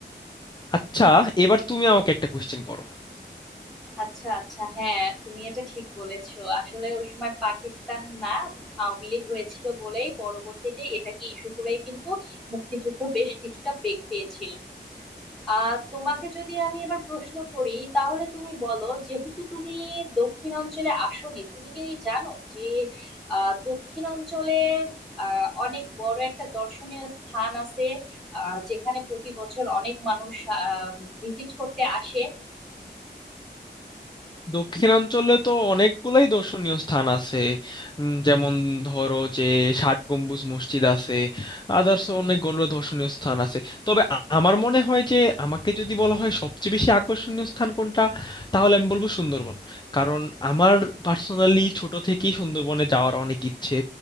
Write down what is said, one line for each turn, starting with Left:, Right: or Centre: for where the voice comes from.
Left: আচ্ছা এবার তুমি আমাকে একটা কোশ্চেন করো
Centre: আচ্ছা আচ্ছা হ্যাঁ তুমি এটা ঠিক বলেছো আসলে ওই সময় পাকিস্তান না আওয়ামী লীগ হয়েছিল বলেই পরবর্তীতে এটাকে ইস্যু করেই কিন্তু মুক্তিযুদ্ধ বেশ কিছুটা বেগ পেয়েছিল আহ তোমাকে যদি আমি এবার প্রশ্ন করি তাহলে তুমি বলো যেহেতু তুমি দক্ষিণাঞ্চলে আসোনি তুমি কি জানো যে আহ দক্ষিণাঞ্চলে আহ অনেক বড় একটা দর্শনীয় স্থান আছে আহ যেখানে প্রতি বছর অনেক মানুষ ভিজিট করতে আসে
Left: দক্ষিণাঞ্চলে তো অনেকগুলাই দর্শনীয় স্থান আছে উম, যেমন ধরো যে ষাট গম্বুজ মসজিদ আছে আদার্স অনেকগুলো দর্শনীয় স্থান আছে তবে আ- আমার মনে হয় যে আমাকে যদি বলা হয় সবচেয়ে বেশি আকর্ষণীয় স্থান কোনটা তাহলে আমি বলবো সুন্দরবন কারণ আমার পার্সোনালি ছোট থেকেই সুন্দরবনে যাওয়ার অনেক ইচ্ছে